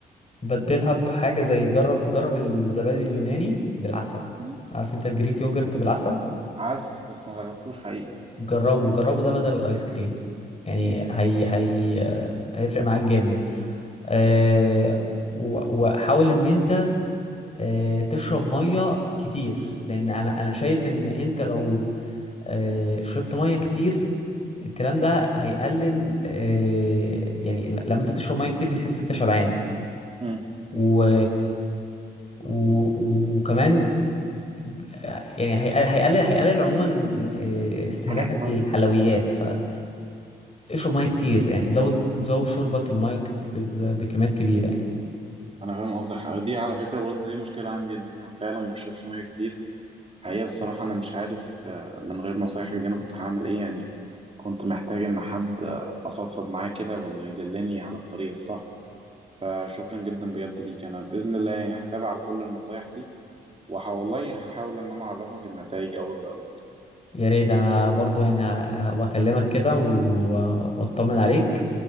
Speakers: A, on the left; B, on the right.
A: بدلها بحاجه زي جرب جرب الزبادي اليوناني بالعسل
B: مم.
A: عارف انت الجريك يوجرت بالعسل
B: عارف بس ما جربتوش حقيقي
A: جربه جربه ده بدل الايس كريم يعني هي هي هيفرق معاك جامد أه و- وحاول ان انت أه تشرب ميه كتير لان انا انا شايف ان انت لو آه، شربت ميه كتير الكلام ده هيقلل آه، يعني ل- لما انت تشرب ميه كتير بتحس انت شبعان
B: مم.
A: و... و... وكمان ب- يعني هيقل- هيقلل هيقلل عموما آه، استهلاكك
B: انا فاهم
A: للحلويات فاشرب ميه كتير يعني زود زود شربك للميه ك- ب- ب- بكميات كبيره يعني
B: انا فاهم قصدك دي على فكره برضو دي مشكله عندي ان انا فعلا ما بشربش ميه كتير حقيقه بصراحه انا مش عارف آه، من غير نصايحك دي انا كنت هعمل ايه يعني كنت محتاج ان حد آه، افضفض معاه كده وانه يدلني على الطريق الصح فشكرا جدا بجد ليك انا باذن الله يعني هتابع على كل النصايح دي وهولله هحاول ان انا اعرفك النتائج اول باول
A: يا ريت انا برضو يعني ه- هبقى اكلمك كده و- واطمن عليك